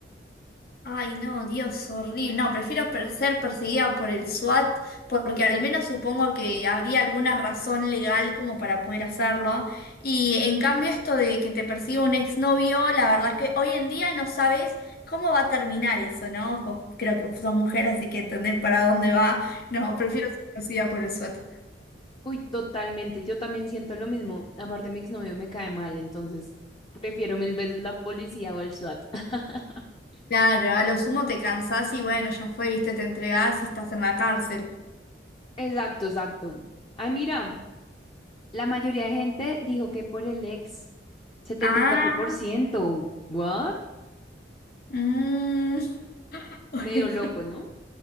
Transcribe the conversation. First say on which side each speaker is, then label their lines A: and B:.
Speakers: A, on the left; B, on the left.
A: Ay, no, Dios, horrible. No, prefiero per- ser perseguida por el SWAT porque al menos supongo que habría alguna razón legal como para poder hacerlo. Y en cambio esto de que te persiga un exnovio, la verdad que hoy en día no sabes cómo va a terminar eso, ¿no? Vos creo que son mujeres, así que entendés para dónde va. No, prefiero ser perseguida por el SWAT.
B: Uy, totalmente. Yo también siento lo mismo. Aparte, mi exnovio me cae mal, entonces prefiero mil veces la policía o el SWAT. <laughs>
A: Claro, a lo sumo te cansás y bueno, ya fue, viste, te entregás y estás en la cárcel.
B: Exacto, exacto. Ay, mira, la mayoría de gente dijo que por el ex, setenta
A: Ah,
B: y cuatro por ciento ¿What?
A: mm, <laughs> bueno.
B: Medio loco, ¿no?